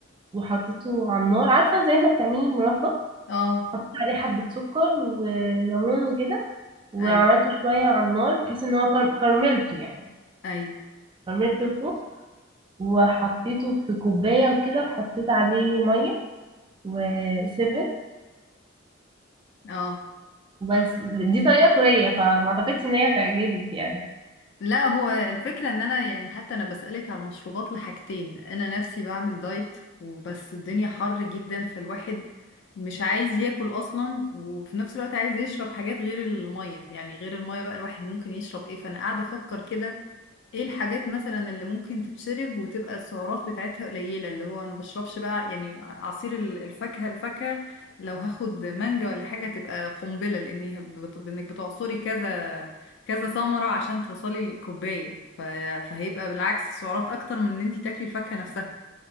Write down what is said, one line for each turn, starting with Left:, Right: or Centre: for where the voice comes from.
Right: وحطيته على النار عارفه زي ما بتعملي المربى
Left: اه
Right: حطيت عليه حبة سكر وليمون وكده وعملته
Left: ايوه
Right: شوية على النار بحيث ان هو كر- كرملته يعني
Left: ايوه
Right: كرملت الخوخ وحطيته في كوباية وكده وحطيت عليه مية وسيفن
Left: اه
Right: بس دي طريقة كورية فما اعتقدش ان هي هتعجبك يعني
Left: لا هو الفكرة ان انا يعني حتى انا بسألك على المشروبات لحاجتين انا نفسي بعمل دايت وبس الدنيا حر جدا فالواحد مش عايز ياكل اصلا وفي نفس الوقت عايز يشرب حاجات غير المية يعني غير المية بقى الواحد ممكن يشرب ايه فانا قاعدة افكر كده ايه الحاجات مثلا اللي ممكن تتشرب وتبقى السعرات بتاعتها قليلة اللي هو انا ما بشربش بقى يعني عصير ال- الفاكهة الفاكهة لو هاخد مانجا ولا حاجة تبقى قنبلة لاني هب- بت- انك بتعصري كذا كذا ثمرة عشان توصلي للكوباية ف... فهيبقى بالعكس السعرات اكتر من ان انت تاكلي الفاكهة نفسها